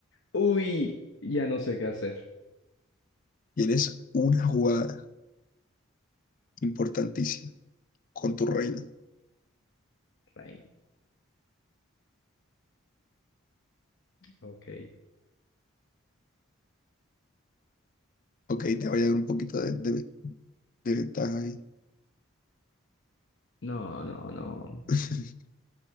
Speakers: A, on the left (about 60°); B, on the left (about 40°).
A: uy. Ya no sé qué hacer.
B: Y eres una jugada importantísima. con tu reino.
A: Rain. Ok.
B: Ok, te voy a dar un poquito de, de- de ventaja ahí.
A: No, no, no.
B: <laughs>